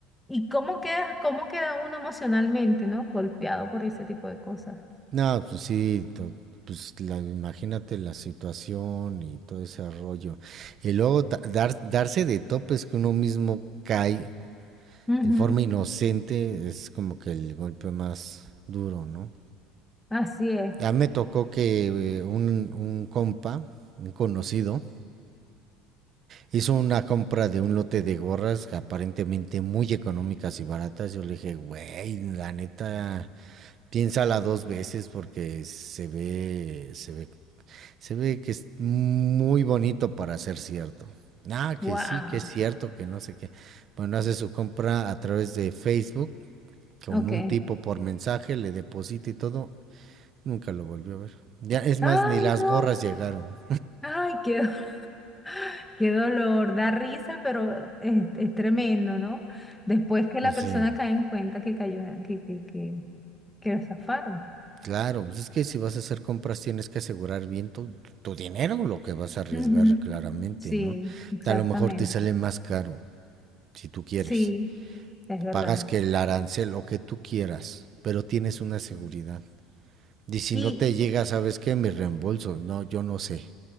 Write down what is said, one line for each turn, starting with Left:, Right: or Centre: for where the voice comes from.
Centre: ¿Y cómo queda, cómo queda uno emocionalmente, ¿no? Golpeado por ese tipo de cosas.
Right: No, pues sí, no, pues la, imagínate la situación y todo ese rollo. Y luego ta- dar, darse de topes que uno mismo cae
Centre: Ujú,
Right: de forma inocente es como que el golpe más duro, ¿no?
Centre: Así es.
Right: A mí me tocó que eh, un, un compa, un conocido, hizo una compra de un lote de gorras aparentemente muy económicas y baratas. Yo le dije, güey, la neta, piénsala dos veces porque se ve, se ve, se ve que es muy bonito para ser cierto. Ah, que
Centre: Wow.
Right: sí, que es cierto, que no sé qué. Bueno, hace su compra a través de Facebook con
Centre: Ok.
Right: un tipo por mensaje, le deposita y todo, nunca lo volvió a ver. Ya, es más,
Centre: Ay,
Right: ni las
Centre: no.
Right: gorras llegaron.
Centre: Ay, qué, do- <laughs> qué dolor. Da risa, pero es, es tremendo, ¿no? Después que
Right: Pues
Centre: la persona
Right: sí,
Centre: cae en cuenta que cayó, que, que, que, que lo zafaron.
Right: claro, pues es que si vas a hacer compras tienes que asegurar bien tu, tu dinero, lo que vas a arriesgar
Centre: Ujú.
Right: claramente,
Centre: Sí,
Right: ¿no?
Centre: exactamente.
Right: A lo mejor te sale más caro, si tú quieres.
Centre: Sí, es verdad.
Right: Pagas que el arancel, lo que tú quieras, pero tienes una seguridad. Y si
Centre: Y
Right: no te llega, ¿sabes qué? Mi reembolso. No, yo no sé,